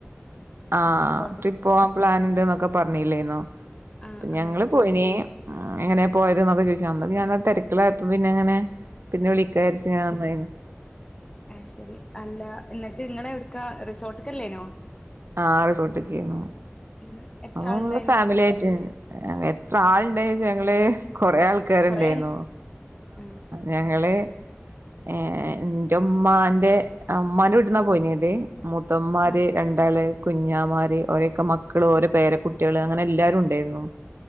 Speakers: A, on the right; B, on the left.
A: ആ
B: റിസോർട്ട്
A: ട്രിപ്പ്. പോവാൻ പ്ലാൻണ്ട്ന്നൊക്കെ പറഞ്ഞില്ലേന്നോ?
B: ആഹ്
A: അപ്പ ഞങ്ങള്
B: ആഹ്
A: പോയിന്. എങ്ങനെ പോയത് ന്നൊക്കെചോയിച്ചാ? അന്ന് പിന്നെ തെരക്കിലായർന്നു. പിന്നെ അങ്ങനെ പിന്നെ വിളിക്കാരിച്ചഞന്നേയിന്നു.
B: അഹ. ശരി അല്ല എന്നിട്ട് നിങ്ങളവ്ടക്കാ റിസോർട്ട് ക്കല്ലേനോ?
A: ആ റിസൊട്ട്കേന്നു.
B: <inaudible>
A: അപ്പ
B: ആളുണ്ടായിനി
A: മ്മള് ഫാമിലിയിട്ടെനെ.. എത്ര ആൾണ്ട്ച ഞങ്ങള് കൊറെ ആൾ ക്കര്ണ്ടായിര്ന്നു.
B: കൊറേ ആഹ്
A: ഞങ്ങള് ഏ എന്റെ ഉമ്മാന്റെ അമ്മാന്റെ വീട്ട്ന്നാ പോയിനത്.. മുത്തന്മാര്,
B: ആഹ്
A: രണ്ടാള് കുഞ്ഞാമാര് ഓരൊക്കെ മക്കള് ഓരോ പേരെ കുട്ടിള് അങ്ങനെ എല്ലാരും ഉണ്ടായിരുന്നു.